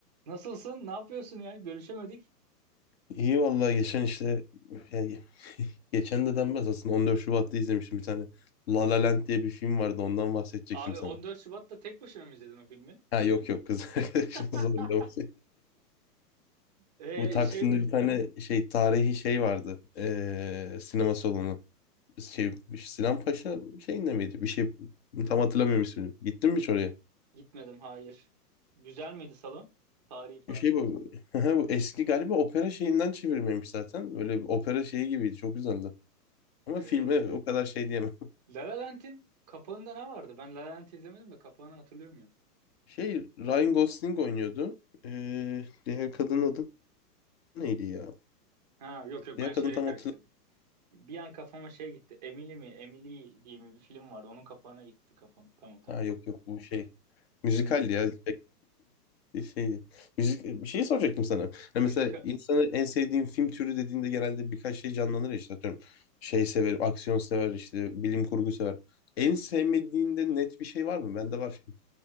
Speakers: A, on the right; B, on the left.
A: Nasılsın? Ne yapıyorsun ya? Görüşemedik.
B: İyi vallahi geçen işte yani <laughs> geçen de denmez aslında 14 Şubat'ta izlemiştim bir tane La La Land diye bir film vardı ondan bahsedecektim
A: Abi
B: sana.
A: 14 Şubat'ta tek başına mı izledin o filmi?
B: Ha yok yok kız <laughs> arkadaşım
A: <laughs>
B: zorlamış. <laughs>
A: Ee,
B: Bu Taksim'de
A: şey mi?
B: bir tane şey tarihi şey vardı. Ee, sinema salonu. Şey, Sinan Paşa şeyinde miydi? Bir şey tam hatırlamıyorum ismini. Gittin mi hiç oraya?
A: Gitmedim, hayır. Güzel miydi salon? Tarihi falan
B: Bir şey
A: deyince.
B: bu. <laughs> Bu eski galiba opera şeyinden çevirmemiş zaten. Böyle bir opera şeyi gibiydi. Çok güzeldi. Ama
A: Ee,
B: filme o kadar şey diyemem.
A: La La Land'in kapağında ne vardı? Ben La La Land'i izlemedim de kapağını hatırlıyor muyum?
B: Şey Ryan Gosling oynuyordu. Ee, diğer kadının adı neydi ya?
A: Ha yok yok
B: Diğer
A: ben şeyle
B: kadın tam
A: karıştırdım.
B: hatırlamıyorum.
A: Bir an kafama şey gitti. Emily mi? Emily diye mi bir film vardı. Onun kapağına gitti kafam. Tamam tamam.
B: Ha yok yok bu şey. Müzikaldi
A: Benim de
B: ya. <laughs> Şey, müzik, bir şey soracaktım sana. Hani
A: müzika
B: mesela insanın en sevdiğin film türü dediğinde genelde birkaç şey canlanır ya işte atıyorum. Şey sever, aksiyon sever, işte bilim kurgu sever. En sevmediğinde net bir şey var mı? Bende var.